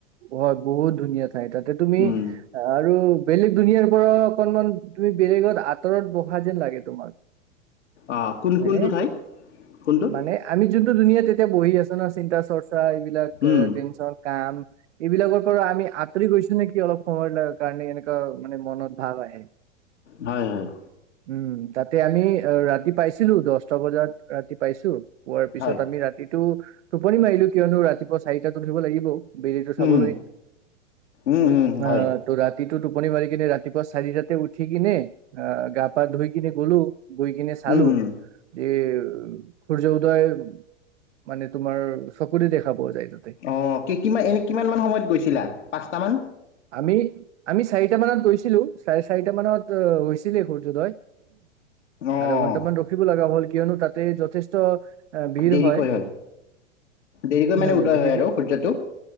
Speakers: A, on the right; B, on the left.
A: হয় বহুত ধুনীয়া নাই তাতে তুমি
B: উম
A: আৰু বেলেগ দুনিয়াৰ পৰ অকনমান তুমি বেলেগত আঁতৰত বহা যেন লাগে তোমাক।
B: অঁ কোন
A: হয়নে
B: কোনটো ঠাই কোনটো
A: মানে আমি যোনটো দুুনীয়াত এতিয়া বহি আছো ন চিন্তা। চৰ্চা এইবিলাক
B: উম,
A: টেনচন কাম এইবিলাকৰ পৰা আমি আঁতৰি গৈছো নেকি অলপ সময় কাৰণে এনেকুৱা মানে মন।। ভাৱ আহে
B: হয় হয়
A: উম তাতে আমি ৰাতি পাইছিলো দহটা বজাত ৰাতি পাইছো। পোৱাৰ পিছত
B: হয়,
A: আমি ৰাতিটো টোপনি মাৰিলো। কিয়নো ৰাতিপুৱা চাৰিটাত উঠিব লাগি বেলিতো চাবলৈ
B: উম, উম, উম,
A: আহ
B: হয়,
A: তো ৰাতি। টো টোপনি মাৰি কিনে ৰাতিপুৱা চাৰিটাতে উঠি কিনে।। অ গা পা ধুই কিনে গলো গৈ কিনে চালো
B: উম, উম।
A: যে সূৰ্য উদয় মানে তোমাৰ চকুৰে দেখা পোৱা যায় তাতে
B: অ কি কি এনে কিমান মান সময়ত গৈছিলা পাঁচটা মান
A: আমি আমি চাৰিটা মানত গৈছিলো চাৰে চাৰিটা মানত হৈছিলে সূৰ্যোদয়।।
B: অ'
A: আধা ঘণ্টা মান ৰখিব লগা হল কিয়নো তাতে যথেষ্ট ভিৰ
B: দেৰিকৈ
A: হয়
B: হ'ল দেৰিকৈ
A: নাই
B: মানে
A: নাই
B: উদয়
A: ভিৰ
B: হয় আৰু সূৰ্যটো